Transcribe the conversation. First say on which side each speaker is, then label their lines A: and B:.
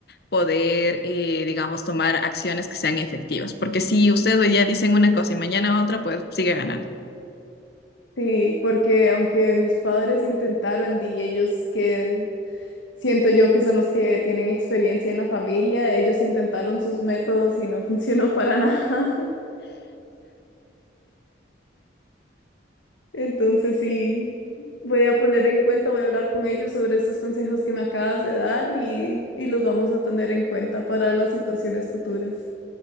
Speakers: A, on the left; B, on the left.
A: poder, eh, digamos, tomar acciones que sean efectivas. Porque si ustedes hoy día dicen una cosa y mañana otra, pues sigue ganando.
B: Sí, porque aunque mis padres intentaron y ellos que siento yo que son los que tienen experiencia en la familia, ellos intentaron sus métodos y no <laughs> funcionó para nada. <laughs> Entonces sí, voy a poner en cuenta, voy a hablar con ellos sobre estos consejos que me acabas de dar y, y los vamos a tener en cuenta para las situaciones futuras.